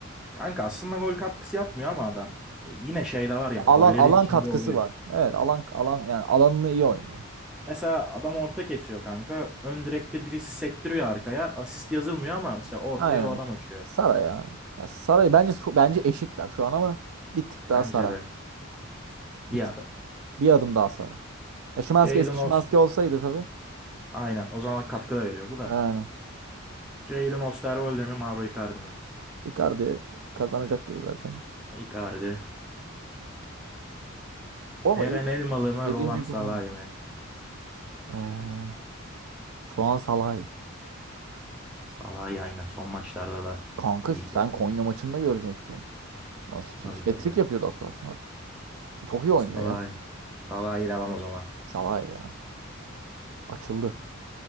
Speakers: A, in the centre; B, on the right.
A: Kanka aslında gol katkısı yapmıyor ama adam ya yine şey de var yani
B: Ya alan
A: gollerin
B: alan
A: içinde
B: katkısı
A: oluyor.
B: var. Evet alan alan yani alanını iyi oynuyor.
A: Mesela adam orta kesiyor kanka. Ön direkte birisi sektiriyor arkaya. Asist yazılmıyor ama mesela ortaya
B: Aynen.
A: o adam açıyor.
B: Sara ya. Ya Sara'yı bence çok, bence eşitler şu an ama bir tık daha
A: Bence
B: Sara.
A: de bir
B: Bir tık,
A: adım.
B: bir adım daha Sara. Ya Szymański
A: Jadon
B: eski Szymański
A: Ost
B: olsaydı tabii.
A: aynen o zaman katkı da veriyordu da.
B: Aynen.
A: Jadon Osterwolde mi Mauro Icardi mi?
B: Icardi kazanacak gibi zaten.
A: Icardi.
B: O
A: Eren
B: mu?
A: Elmalı mı
B: Yedinci
A: Roland Salah'ı
B: kupa mı?
A: mı?
B: Ee, şu an Salah'ı.
A: Salah'ı aynen son maçlarda da
B: Kanka
A: iyiydi.
B: sen Konya maçında görecektin. Nasıl
A: Tabii tabii.
B: hat-trick yapıyordu az kalsın. Çok iyi oynuyor
A: Salah'ı.
B: ya.
A: Salah'ı devam o zaman.
B: Salah ya. Açıldı.